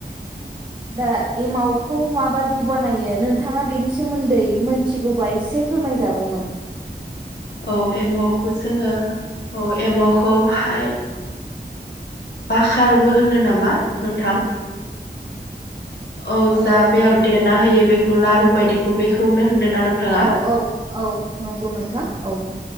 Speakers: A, on the right; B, on the left.
A: दा एमावखौ माबादि बानायो नोंथाङा बेनि सोमोन्दै मोनथिगौबा एसे एसे फोरमायजागौमोन
B: औ एमावखौ जोङो औ एमावखौहाय बाकारबो होनो नामा नोंथां औ जा
A: ओ
B: बेयाव देना होयो बेखौ लारु बायदिखौ बे बेखौनो ना नोंथाङा
A: औ औ औ नंगौ नोंथां औ